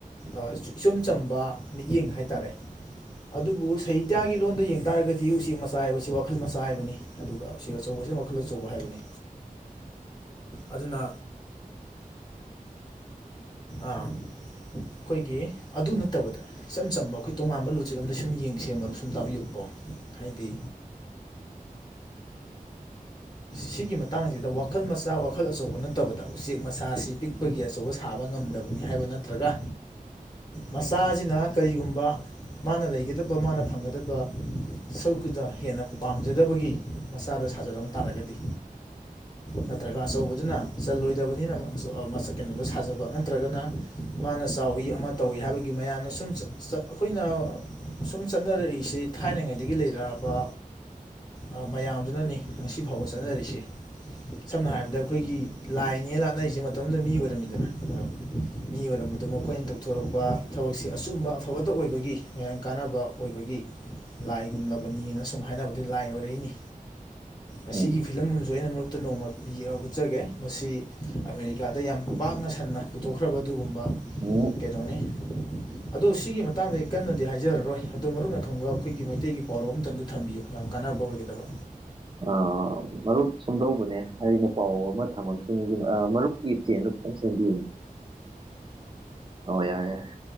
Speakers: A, on the left; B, on the right.
A: ꯑꯥ ꯏꯆꯨꯝ ꯆꯝꯕ ꯃꯤꯠꯌꯦꯡ ꯍꯥꯏꯇꯥꯔꯦ ꯑꯗꯨꯕꯨ ꯁꯍꯤꯇ꯭ꯌꯥꯒꯤ ꯂꯣꯟꯗ ꯌꯦꯡ ꯇꯥꯔꯒꯗꯤ ꯎꯆꯦꯛ ꯃꯆꯥ ꯍꯥꯏꯕꯁꯤ ꯋꯥꯈꯜ ꯃꯆꯥ ꯍꯥꯏꯕꯅꯤ ꯑꯗꯨꯒ ꯎꯆꯦꯛ ꯑꯆꯧꯕꯁꯤꯅ ꯋꯥꯈꯜ ꯑꯆꯧꯕ ꯍꯥꯏꯕꯅꯤ ꯑꯗꯨꯅ ꯑꯥ ꯑꯈꯣꯏꯒꯤ ꯑꯗꯨ ꯅꯠꯇꯕꯗ ꯏꯆꯝ ꯆꯝꯕ ꯑꯈꯣꯏ ꯇꯣꯉꯥꯟꯕ ꯂꯣꯖꯤꯛ ꯑꯝꯗ ꯁꯨꯝ ꯌꯦꯡꯁꯦ ꯃꯔꯨꯞ ꯁꯨꯝ ꯇꯥꯕꯤꯌꯨꯕꯀꯣ ꯍꯥꯏꯗꯤ ꯁꯤꯒꯤ ꯃꯇꯥꯡꯁꯤꯗ ꯋꯥꯈꯜ ꯃꯆꯥ ꯋꯥꯈꯜ ꯑꯆꯧꯕ ꯅꯠꯇꯕꯗ ꯎꯆꯦꯛ ꯃꯆꯥꯁꯤ ꯄꯤꯛ ꯄꯤꯛꯄꯒꯤ ꯑꯆꯧꯕ ꯁꯥꯕ ꯉꯝꯗꯕꯅꯤ ꯍꯥꯏꯕ ꯅꯠꯇ꯭ꯔꯒ ꯃꯆꯥꯖꯤꯅ ꯀꯔꯤꯒꯨꯝꯕ ꯃꯥꯅ ꯂꯩꯒꯗꯕ ꯃꯥꯅ ꯐꯪꯒꯗꯕ ꯁꯔꯨꯛꯇꯨꯗ ꯍꯦꯟꯅ ꯄꯥꯝꯖꯗꯕꯒꯤ ꯃꯆꯥꯗ ꯁꯥꯖꯔꯝꯕ ꯇꯥꯔꯒꯗꯤ ꯅꯠꯇ꯭ꯔꯒ ꯑꯆꯧꯕꯗꯨꯅ ꯆꯜꯂꯣꯏꯗꯕꯅꯤꯅ ꯃ ꯆ ꯑꯥ ꯃꯁꯛ ꯀꯩꯅꯣꯗꯣ ꯁꯥꯖꯕ ꯅꯠꯇ꯭ꯔꯒꯅ ꯃꯥꯅ ꯆꯥꯎꯋꯤ ꯑꯃ ꯇꯧꯏ ꯍꯥꯏꯕꯒꯤ ꯃꯌꯥꯝꯅ ꯁꯨꯝ ꯆ ꯆ ꯑꯩꯈꯣꯏꯅ ꯁꯨꯝ ꯆꯠꯅꯔꯛꯏꯁꯦ ꯊꯥꯏꯅꯉꯩꯗꯒꯤ ꯂꯩꯔꯛꯑꯕ ꯑꯥ ꯃꯌꯥꯝꯗꯨꯅꯅꯤ ꯉꯁꯤꯐꯥꯎꯕ ꯆꯠꯅꯔꯤꯁꯤ ꯁꯝꯅ ꯍꯥꯏꯔꯕꯗ ꯑꯈꯣꯏꯒꯤ ꯂꯥꯏꯅꯦꯅ ꯂꯥꯠꯅꯔꯤꯖꯦ ꯃꯇꯝ ꯑꯃꯗ ꯃꯤ ꯑꯣꯏꯔꯝꯃꯤꯗꯅ ꯃꯔꯨꯞ ꯃꯤ ꯑꯣꯏꯔꯝꯕꯗꯣ ꯃꯈꯣꯏꯅ ꯇꯧꯊꯣꯔꯛꯄ ꯊꯕꯛꯁꯦ ꯑꯆꯨꯝꯕ ꯑꯐꯕꯇ ꯑꯣꯏꯕꯒꯤ ꯃꯌꯥꯝ ꯀꯥꯟꯅꯕ ꯑꯣꯏꯕꯒꯤ ꯂꯥꯏꯒꯨꯝꯂꯕꯅꯤꯅ ꯁꯨꯝ ꯍꯥꯏꯅꯕꯗꯩ ꯂꯥꯏ ꯑꯣꯏꯔꯛꯏꯅꯤ ꯑꯁꯤꯒꯤ
B: ꯎꯝ
A: ꯐꯤꯂꯝ ꯑꯝꯁꯨ ꯑꯩꯅ ꯃꯔꯨꯞꯇ ꯅꯣꯡꯃ ꯌꯥ ꯎꯠꯆꯒꯦ ꯃꯁꯤ ꯑꯃꯦꯔꯤꯀꯥꯗ ꯌꯥꯝ ꯄꯥꯛꯅ ꯁꯟꯅ ꯄꯨꯊꯣꯛꯈ꯭ꯔꯕ ꯑꯗꯨꯒꯨꯝꯕ
B: ꯎꯝ
A: ꯀꯩꯅꯣꯅꯤ ꯑꯗꯣ ꯁꯤꯒꯤ ꯃꯇꯥꯡꯗ ꯑꯩ ꯀꯟꯅꯗꯤ ꯍꯥꯏꯖꯔꯔꯣꯏ ꯑꯗꯣ ꯃꯔꯨꯞꯅ ꯈꯪꯕ ꯑꯈꯣꯏꯒꯤ ꯃꯩꯇꯩꯒꯤ ꯄꯥꯎꯔꯣ ꯑꯝꯇꯪꯗꯤ ꯊꯝꯕꯤꯌꯨ ꯌꯥꯝ ꯀꯥꯟꯅꯕ ꯑꯣꯏꯒꯗꯕ
B: ꯑꯥ ꯃꯔꯨꯞ ꯁꯨꯝꯗꯧꯕꯅꯦ ꯑꯩꯅ ꯄꯥꯎꯔꯧ ꯑꯃ ꯊꯝꯃꯛꯇꯨꯏꯅꯤꯅ ꯑꯥ ꯃꯔꯨꯞꯀꯤ ꯇꯦꯟꯗꯨ ꯈꯤꯇꯪ ꯁꯦꯝꯕꯤꯌꯨꯅꯦ ꯑꯧ ꯌꯥꯔꯦ ꯌꯥꯔꯦ